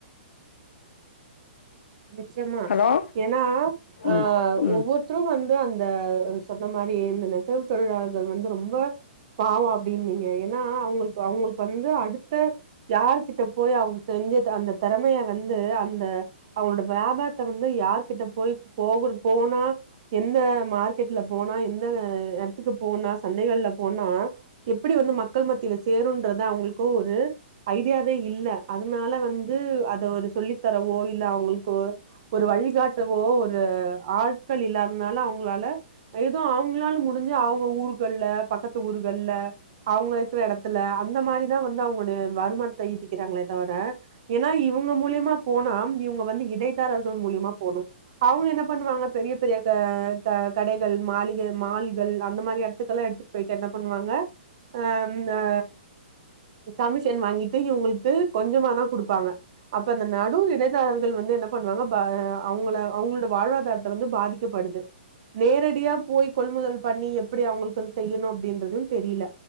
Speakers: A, on the right; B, on the left.
A: நிச்சயமா
B: ஹலோ
A: ஏன்னா அ
B: ம் ம்
A: ஒவ்வொருத்தரும் வந்து அந்த அ சொன்ன மாரி இந்த நெசவு தொழிலாள்கள் வந்து ரொம்ப பாவோ அப்டின்னிங்க ஏன்னா அவங்களுக்கு அவங்களுக் வந்து அடுத்த யார்கிட்ட போய் அவங்க செஞ்ச த அந்த திறமைய வந்து அந்த அவங்களோட வியாபாரத்த வந்து யார்கிட்ட போயி போகுரு போனா என்ன மார்க்கெட்ல போனா எந்த எட்த்துக்கு போனா சந்தைகள்ல போனா எப்புடி வந்து மக்கள் மத்தியில சேருன்றத அவங்களுக்கும் ஒரு ஐடியாவே இல்ல அதனால வந்து அத ஒரு சொல்லி தரவோ இ இல்ல அவங்களுக்கு ஒரு வழிகாட்டவோ ஒரு ஆட்கள் இல்லாத்னால அவங்களால அ ஏதோ அவங்களால முடிஞ்சு அவங்க ஊர்கள்ல பக்கத்து ஊர்கள்ல அவங்க இருக்குற எடத்துல அந்த மாரிதான் வந்து அவங்களோடைய வருமானத்த ஈட்டிக்கிறாங்களே தவர ஏனா இவுங்க மூலியமா போனா இவுங்க வந்து இடைதாரர்கள் மூலியமா போணு அவுங்க என்ன பண்ணுவாங்க பெரிய பெரிய க க கடைகள் மாளிகை மால்கள் அந்த மாரி எடத்துக்கெல்லா எடுத்துட் போயிட்டு என்ன பண்ணுவாங்க அ அ கமிஷன் வாங்கிட்டு இவுங்களுக்கு கொஞ்சமா தா குடுப்பாங்க அப்ப அந்த நடு இடைதாரர்கள் வந்து என்ன பண்வாங்க ப அவுங்கள அவுங்ளோட வாழ்வாதாரத்த வந்து பாதிக்கப்படுது நேரடியா போய் கொள்முதல் பண்ணி எப்டி அவுங்களுக் அது செய்யனு அப்டின்றது. தெரியில